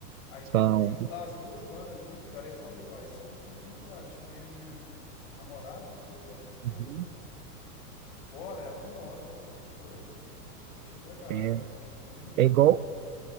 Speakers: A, on the left; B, on the right.
A: Aí teve
B: São.
A: um show das duas bandas junto, cara. Eu falei, ó, essa é a oportunidade. Chamei a minha namorada, que hoje é a minha esposa,
B: Uhum.
A: né? Vambora, ela, vambora. A gente foi. Curtimos pra caralho.
B: É,
A: Biquíni,
B: é igual